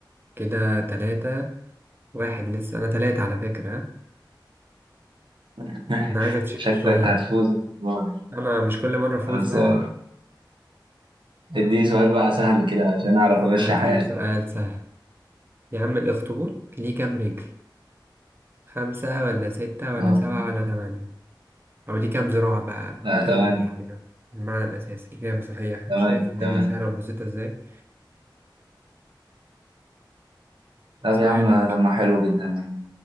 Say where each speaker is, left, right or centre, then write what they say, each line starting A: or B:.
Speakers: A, on the right; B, on the right.
A: كده تلاتة واحد لسه أنا تلاتة على فكرة ها؟
B: <laughs>
A: فأنا عايزك تشد
B: شكلك
A: شوية
B: هتفوز المرة دي.
A: أنا مش كل مرة أفوز
B: خلصان
A: بقى
B: اديني سؤال بقى سهل كده عشان أعرف أمشي
A: أديك
B: حياتي
A: سؤال سهل يا عم الأخطبوط ليه كام رجل؟ خمسة ولا ستة ولا
B: آه
A: سبعة ولا تمانية؟ أو ليه كام زراعة بقى
B: آه،
A: بأي
B: تمام
A: يعني المعنى الأساسي إجابة صحيحة
B: تمام
A: شايف الدنيا
B: تمام
A: سهلة وبسيطة إزاي
B: طب
A: سؤالك
B: يا عم طب ما حلو جدا يعني